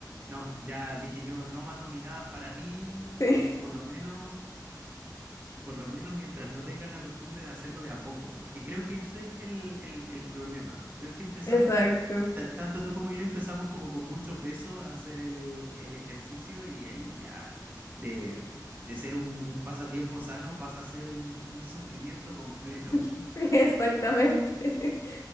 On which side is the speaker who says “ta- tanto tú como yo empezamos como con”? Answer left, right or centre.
Right